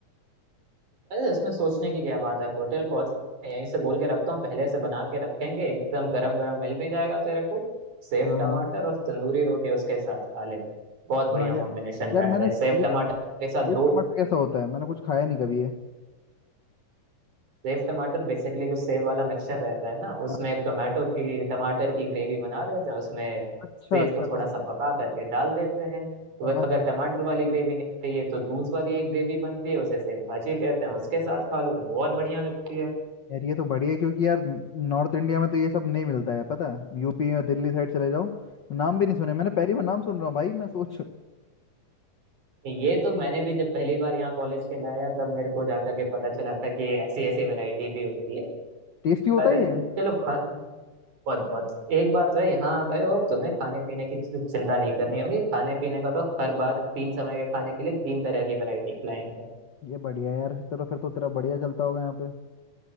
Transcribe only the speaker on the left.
हाँ
हाँ
हाँ यार
यार मैंने
स्लीप
स्लीप
मटर कैसा होता है मैंने कुछ खाया नहीं कभी है
हाँ,
अच्छा
अच्छा
समझ
गया
समझ
गया
यार ये तो बढ़िया है क्योंकि यार नॉर्थ इंडिया में तो ये सब नहीं मिलता है पता है यूपी या दिल्ली साइड चले जाओ नाम भी नहीं सुने मैंने पहली बार नाम सुन रहा हूँ भाई मैं सोच
टेस्टी होता
ही है
ये बढ़िया है यार तेरा फिर तो तेरा बढ़िया चलता होगा यहाँ पे